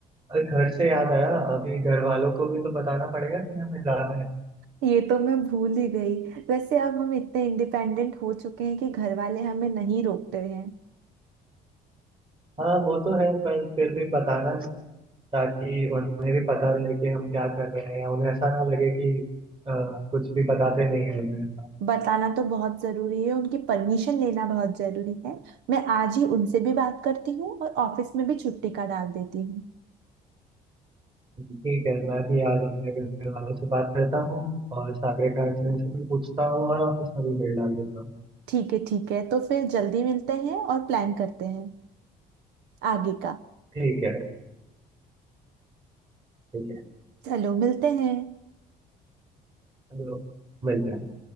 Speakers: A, on the right; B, on the right.
A: अरे घर से याद आया अभी घर वालों को भी तो बताना पड़ेगा कि हमें जाना है
B: ये तो मैं भूल ही गई वैसे अब हम इतने इंडिपेंडेंट हो चुके हैं कि घर वाले हमें नहीं रोकते हैं
A: हाँ वो तो है पर फिर भी बताना चाहिए, ताकि उन्हें भी पता रहे कि हम क्या कर रहे हैं उन्हें ऐसा ना लगे कि अ, कुछ भी बताते नहीं है उन्हें
B: बताना तो बहुत जरूरी है उनकी परमिशन लेना बहुत जरूरी है मैं आज ही उनसे भी बात करती हूँ और ऑफिस में भी छुट्टी का डाल देती हूँ
A: ठीक है मैं भी आज अपने घर वालों से बात करता हूँ और सागरे का एक्सीडेंट से भी पूछता हूँ और ऑफिस में भी मेल डाल देता हूँ
B: ठीक है ठीक है तो फिर जल्दी मिलते हैं और प्लान करते हैं आगे का
A: ठीक है ठीक है
B: चलो मिलते हैं
A: चलो मिलते हैं